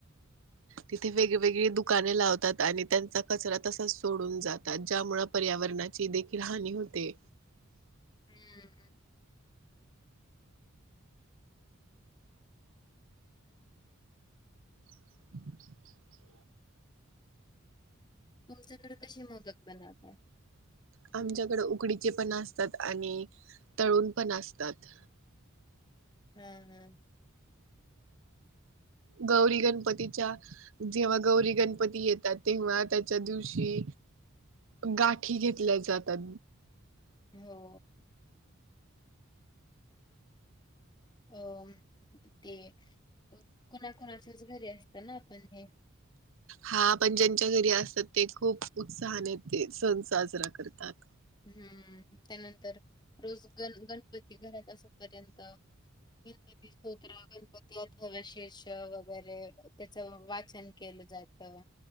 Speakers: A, on the right; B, on the left.
A: तिथे वेगवेगळी दुकाने लावतात आणि त्यांचा कचरा तसाच सोडून जातात ज्यामुळे पर्यावरणा ची देखील हानी होते.
B: हम्म.
A: <inaudible>
B: तुमच्याकडे कसे मोदक बनवतात.
A: आमच्याकड उकडीचे पण असतात आणि तळुण पण असतात.
B: हम्म हम्म.
A: गौरी गणपतीच्या जेव्हा गौरी गणपती येतात तेव्हा त्याच्या दिवशी गाठी घेतल्या जातात.
B: हो. अ ते कोणा कोणा चाच घरी असत ना आपण हे.
A: हा पण ज्यांच्या घरी असतात ते खूप उत्साहाने ते सण साजरा करतात.
B: हम्म त्यानंतर रोज गण गणपती घरात अस पर्यंत <unintelligible> गणपती अथर्वशीर्ष वगैरे त्याचं वाचन केलं जात.